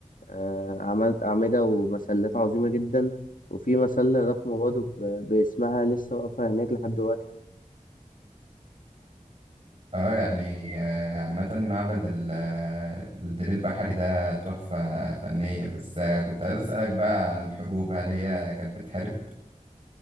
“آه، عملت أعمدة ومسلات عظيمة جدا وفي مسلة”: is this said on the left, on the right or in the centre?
Left